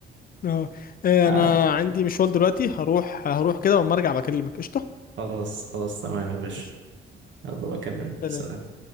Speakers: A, on the left; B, on the right.
A: اه آه،
B: آه،
A: انا عندي مشوار دلوقتي هروح هروح كده واما ارجع بكلمك قشطه
B: خلاص خلاص تمام يا باشا
A: ماشي
B: يلا بكلمك
A: سلام
B: سلام